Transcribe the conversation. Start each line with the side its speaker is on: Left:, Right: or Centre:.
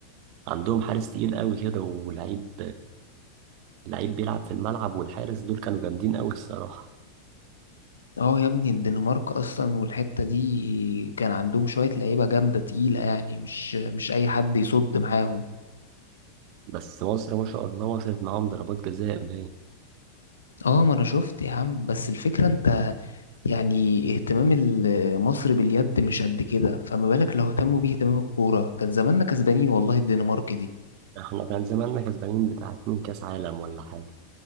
Right: عندهم حارس تقيل قوي كده ولعيب لعيب بيلعب في الملعب والحارس دول كانوا جامدين قوي الصراحة
Left: اه يا ابني الدنمارك اصلا والحتة دي كان عندهم شوية لعيبة جامدة تقيلة يعني مش مش اي حد يصد معاهم
Right: بس مصر ما شاء الله وصلت معاهم ضربات جزاء باين
Left: اه ما انا شفت يا عم بس الفكرة انت يعني اهتمام ال- مصر باليد مش قد كده فما بالك لو اهتموا بيه اهتمام الكورة كان زماننا كسبانين والله الدنمارك دي
Right: احنا كان زماننا كسبانين بتاع اتنين كاس عالم ولا حاجة